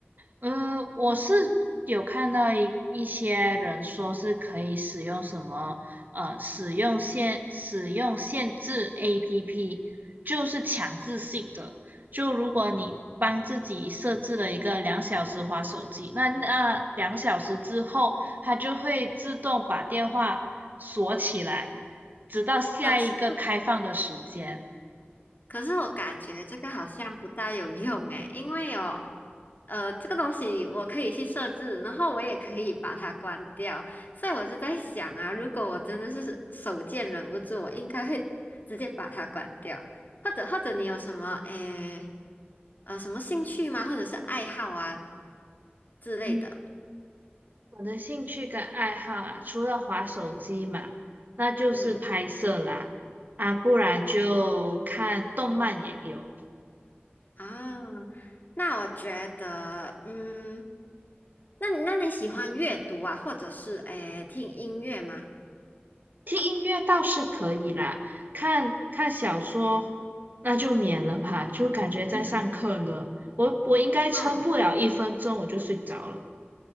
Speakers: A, on the right; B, on the left.
A: 嗯，我是有看到一一些人说是可以使用什么呃使用限使用限制 APP，就是强制性的。就如果你帮自己设置了一个两小时划手机，那那两小时之后，它就会自动把电话锁起来，直到下一个开放的时间。
B: 可是可是我感觉这个好像不大有用诶，因为哦，呃，这个东西我可以去设置，然后我也可以把它关掉，所以我就在想啊，如果我真的是手贱忍不住，我应该会直接把它关掉，或者或者你有什么诶呃什么兴趣吗？或者是爱好啊之类的？
A: 嗯。我的兴趣跟爱好啊，除了滑手机嘛，那就是拍摄啦，
B: 嗯嗯。
A: 啊，不然就看动漫也有，
B: 啊，那我觉得，嗯，那你那你喜欢阅读啊，或者是诶听音乐吗？
A: 听音乐倒是可以啦，看看小说那就免了吧，就感觉在上课呢，
B: 嗯
A: 我我应该撑不了一分钟我就睡着了。
B: 嗯